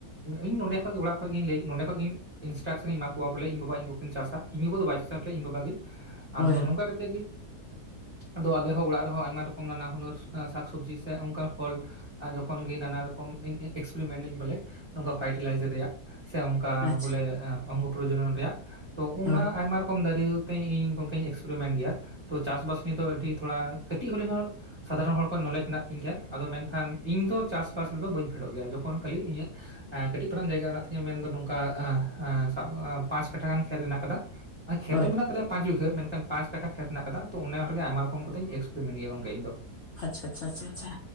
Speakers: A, on the right (about 20°); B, on the left (about 55°).
A: ᱤᱧ ᱱᱚᱰᱮ ᱠᱷᱚᱡᱽ ᱜᱮ ᱚᱲᱟᱜ ᱠᱷᱚᱡᱽ ᱜᱤᱧ ᱞᱟᱹᱭ ᱱᱚᱰᱮ ᱠᱷᱚᱡᱽ ᱜᱮ ᱤᱱᱥᱴᱨᱟᱠᱥᱚᱱᱤᱧ ᱮᱢᱟ ᱠᱚᱣᱟ ᱵᱚᱞᱮ ᱤᱧ ᱵᱟᱵᱟ ᱾ ᱤᱧᱵᱟ ᱤᱧᱜᱚ ᱠᱤᱱ ᱪᱟᱥᱼᱟ ᱤᱧ ᱜᱚᱜᱚ ᱫᱚ ᱵᱟᱭ ᱪᱟᱥᱼᱟ, ᱤᱧ ᱵᱟᱵᱟ ᱜᱮ
B: ᱦᱳᱭ
A: ᱟᱫᱚ
B: ᱦᱳᱭ
A: ᱱᱚᱝᱠᱟ ᱠᱟᱛᱮ ᱜᱮ ᱟᱫᱚ ᱟᱞᱮᱦᱚᱸ ᱚᱲᱟᱜ ᱨᱮᱦᱚᱸ ᱟᱭᱢᱟ ᱨᱚᱠᱚᱢ ᱱᱟᱱᱟ ᱦᱩᱱᱟᱹᱨ ᱥᱟᱠ ᱥᱚᱵᱽᱡᱤ ᱥᱮ ᱚᱱᱠᱟᱱ ᱯᱷᱚᱞ ᱟ ᱡᱚᱠᱷᱚᱱ ᱜᱮ ᱱᱟᱱᱟ ᱨᱚᱠᱚᱢ ᱤᱧ ᱮᱠᱥᱯᱮᱨᱤᱢᱮᱱᱴ ᱟᱹᱧ ᱵᱚᱞᱮ ᱱᱚᱝᱠᱟ ᱯᱷᱟᱨᱴᱤᱞᱟᱭᱡᱟᱨ ᱨᱮᱭᱟᱜ ᱥᱮ ᱚᱱᱠᱟ
B: ᱟᱪᱪᱷᱟ
A: ᱵᱚᱞᱮ ᱚᱝᱜᱚ ᱯᱨᱚᱡᱚᱱᱚᱱ ᱨᱮᱭᱟᱜ ᱛᱚ ᱩᱱᱟᱜ
B: ᱦᱳᱭ
A: ᱟᱭᱢᱟ ᱨᱚᱠᱚᱢ ᱫᱟᱨᱤ ᱟᱛᱮᱫ ᱤᱧ ᱜᱚᱝᱠᱮᱧ ᱮᱠᱥᱯᱮᱨᱤᱢᱮᱱᱴ ᱜᱮᱭᱟ ᱛᱚ ᱪᱟᱥᱵᱟᱥ ᱱᱮ ᱫᱚ ᱟᱹᱰᱤ ᱛᱷᱚᱲᱟ ᱠᱟᱹᱴᱤᱡ ᱦᱚᱞᱮ ᱦᱚᱸ ᱥᱟᱫᱷᱟᱨᱚᱱ ᱦᱚᱲ ᱠᱷᱚᱡᱽ ᱱᱚᱞᱮᱡᱽ ᱢᱮᱱᱟᱜ ᱛᱤᱧ ᱜᱮᱭᱟ ᱟᱫᱚ ᱢᱮᱱᱠᱷᱟᱱ ᱤᱧ ᱫᱚ ᱪᱟᱥᱵᱟᱥ ᱨᱮᱫᱚ ᱵᱟᱹᱧ ᱯᱷᱮᱰᱚᱜ ᱜᱮᱭᱟ ᱡᱚᱠᱷᱚᱱ ᱠᱷᱟᱹᱞᱤ ᱤᱧᱟᱹᱜ ᱾ ᱦᱮᱸ ᱠᱟᱹᱴᱤᱡ ᱯᱟᱨᱟᱝ ᱡᱟᱭᱜᱟ ᱢᱮᱱᱟᱜ ᱛᱤᱧᱟᱹ ᱢᱮᱱᱫᱚ ᱱᱚᱝᱠᱟ <unintelligible> ᱥᱟ-ᱯᱟᱸᱪᱽ ᱠᱟᱴᱷᱟ ᱜᱟᱱ ᱠᱷᱮᱛ ᱢᱮᱱᱟᱜ ᱟᱠᱟᱫᱟ ᱠᱷᱮᱛ
B: ᱦᱳᱭ
A: ᱫᱚ ᱢᱮᱱᱟᱜ ᱛᱟᱞᱮᱭᱟ ᱾ ᱯᱟᱸᱪᱽ ᱵᱤᱜᱷᱟᱹ ᱢᱮᱱᱠᱷᱟᱱ ᱯᱟᱸᱪᱽ ᱠᱟᱴᱷᱟ ᱠᱷᱮᱛ ᱢᱮᱱᱟᱜ ᱟᱠᱟᱫᱟ ᱛᱚ ᱚᱱᱮ ᱚᱸᱰᱮᱜᱮ ᱟᱭᱢᱟ ᱨᱚᱠᱚᱢ ᱠᱟᱛᱮᱧ ᱮᱠᱥᱯᱨᱤᱢᱮᱱᱴ ᱜᱮᱭᱟ ᱜᱚᱝᱠᱮ ᱤᱧ ᱫᱚ
B: ᱟᱪᱪᱷᱟ, ᱪᱷᱟ, ᱪᱷᱟ,